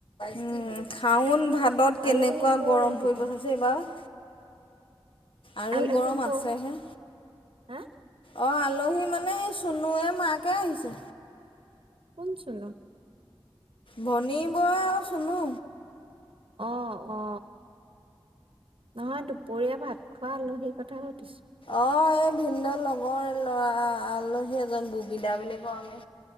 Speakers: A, on the left (about 65°); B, on the right (about 65°).
A: উম, শাওন ভাদত কেনেকুৱা
B: আলহী কৰ
A: গৰম
B: আহিব
A: পৰিব চাবি চোন এইবাৰ। আৰু
B: আলহী
A: গৰম
B: কৰ
A: আছেহে।
B: হা
A: অঁ আলহী মানে এই চুনুৱুৱে মাকে আহিছে
B: কোন চুনো
A: ভনী বৰা আৰু চুনু
B: অ অ অ নহয় দুপৰীয়া ভাত খোৱা আলহী কথা <unintelligible>
A: অ এই ভিন্ দৰ লগৰ ল'ৰা আ - আলহী এজন বুবিধা বুলি কওঁ আমি